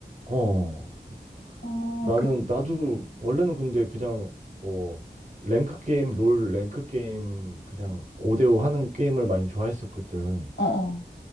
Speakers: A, on the right; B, on the left.
A: 어.
B: 어,
A: 나는
B: 그,
A: 나도 원래는 근데 그냥 뭐 랭크 게임, 롤 랭크 게임 그냥 5대5 하는 게임을 많이 좋아했었거든.
B: 어, 어,